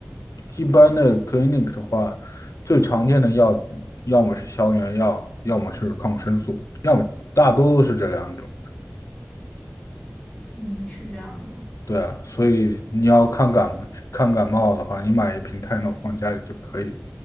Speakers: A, on the left (about 85°); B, on the left (about 25°).
A: 一般的 clinic 的话，最常见的药要么是消炎药，要么是抗生素，要么大多都是这两种。
B: 嗯，是这样的，
A: 对啊，所以你要看感冒看感冒的话，你买一瓶泰诺放家里就可以了。